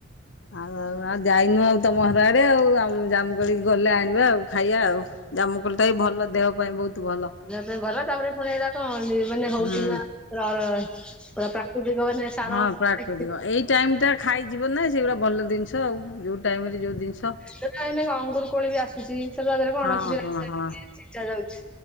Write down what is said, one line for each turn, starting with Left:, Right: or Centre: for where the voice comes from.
Left: ଆଉ ଆଉ ଆଉ ଯାଇନୁ ଆଉ ତମ ଘର ଆଡେ ଆଉ ଜାମୁକୋଳି ଗଲେ ଆଣିବା ଆଉ ଖାଇବା ଆଉ। ଜାମୁକୋଳିଟା ବି ଭଲ ଦେହ ପାଇଁ ବହୁତ ଭଲ।
Centre: ଦେହ ପାଇଁ ଭଲ ତାପରେ ପୁଣି ଏଗୁଡା କଣ ମାନେ ହଉଛିନା
Left: ହୁଁ।
Centre: ପୁରା ପ୍ରାକୃତିକ ମାନେ ସାର
Left: ହଁ ପ୍ରାକୃତିକ ଏଇ ଟାଇମ ଟା ଖାଇଯିବ ନା ସେଗୁଡା ଭଲ ଜିନିଷ ଆଉ ଯୋଉ ଟାଇମ ରେ ଯୋଉ ଜିନିଷ
Centre: ସେ ଏଇନେ ଅଙ୍ଗୁର କୋଳି ବି ଆସୁଛି ସେଥିରେ ତାଦେହରେ କଣ
Left: ହଁ
Centre: ଅଛି
Left: ହଁ
Centre: ରାସ୍ତା
Left: ହଁ
Centre: ଛେଚା ଯାଉଛି।